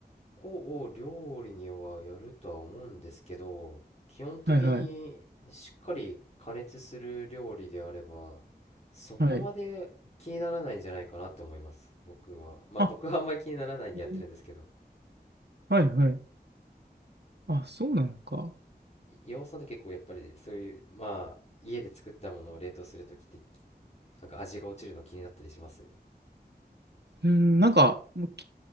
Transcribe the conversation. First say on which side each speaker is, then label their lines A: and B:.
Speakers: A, on the left; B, on the right.
A: 構料理にはやるとは思うんですけど基本的にしっかり加熱する料理であれば
B: はいはい。
A: そこまで気にならないんじゃないかなって思います僕はまあ僕はあんまり気にならないんでやってるんですけど
B: はい。あ、へえはいはい。あ、そうなのか。
A: 岩尾さんって結構やっぱりそういうまあ家で作ったものを冷凍するときってなんか味が落ちるの気になったりします
B: うん、なんか、もうき